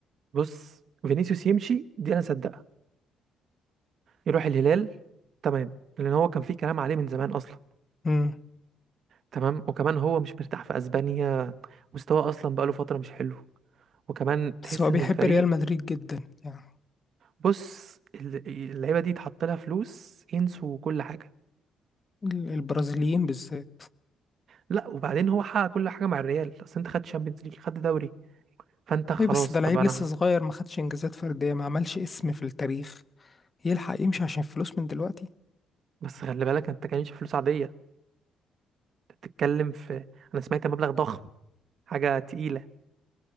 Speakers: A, on the right; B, on the left.
A: بص فينيسيوس يمشي دي انا صدقها يروح الهلال تمام لان هو كان في كلام عليه من زمان اصلا
B: امم
A: تمام وكمان هو مش مرتاح في اسبانيا مستواه اصلا بقاله فتره مش حلو وكمان تحس
B: بس هو بيحب
A: ان الفريق
B: ريال مدريد جدا يعني
A: بص ال- اللعيبه دي اتحط لها فلوس ينسوا كل حاجه
B: ال- البرازيليين بالذات
A: لا وبعدين هو حقق كل حاجه مع الريال اصل انت خدت شامبيونز ليج خدت دوري فانت خلاص
B: اي بس ده
A: طب
B: لعيب
A: انا
B: لسه صغير ما خدش انجازات فرديه ما عملش اسم في التاريخ يلحق يمشي عشان فلوس من دلوقتي
A: بس خلي بالك انت كانش فلوس عاديه انت بتتكلم في انا سمعت مبلغ ضخم حاجه تقيله